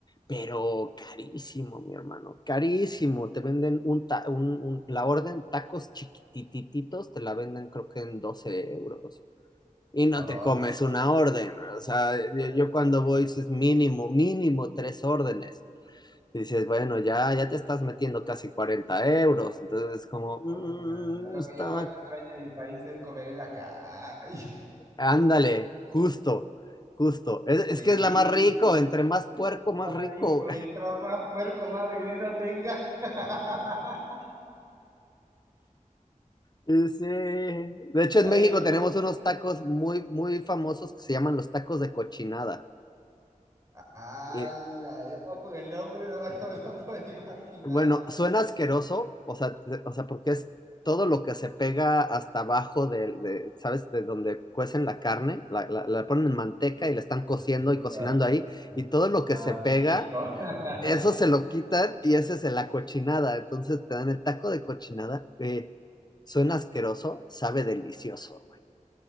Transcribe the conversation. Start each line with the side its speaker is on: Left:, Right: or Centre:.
Left: pero carísimo, mi hermano, carísimo. Te venden un, ta- un- un- la orden tacos chiquitititos, te la venden creo que en 12 euros. Y no
Right: Oh,
Left: te comes
Right: s-
Left: una orden, o sea, yo,
Right: ay,
Left: yo
Right: no,
Left: cuando voy dices mínimo, mínimo tres órdenes. Y dices, bueno, ya, ya te estás metiendo casi 40 euros. Entonces es como, mm,
Right: ay, no, no, no, Lo
Left: no está,
Right: que yo más extraño de mi país es comer en la calle. <laughs>
Left: ándale, justo, justo. Es, es
Right: Sí,
Left: que es la más rico,
Right: sí,
Left: entre más puerco, más
Right: más
Left: rico.
Right: rico, mientras más puerco, más veneno tenga. <laughs>
Left: Sí, sí. de hecho
Right: Ahí
Left: en México
Right: tú,
Left: tenemos unos tacos muy, muy famosos que se llaman los tacos de cochinada.
Right: ala,
Left: Y
Right: ya con el nombre no, <laughs> no me lo puedo imaginar.
Left: bueno, suena asqueroso, o sea, te- o sea, porque es todo lo que se pega hasta abajo de, de, ¿sabes? De donde cuecen la carne, la, la, la ponen en manteca y la están cociendo
Right: Eso es lo-
Left: y cocinando
Right: eso
Left: ahí, y todo
Right: es
Left: lo
Right: lo
Left: que
Right: más
Left: se pega,
Right: rico. <laughs>
Left: eso se lo quitan y ese es la cochinada. Entonces te dan el taco de cochinada. eh, suena asqueroso, sabe delicioso.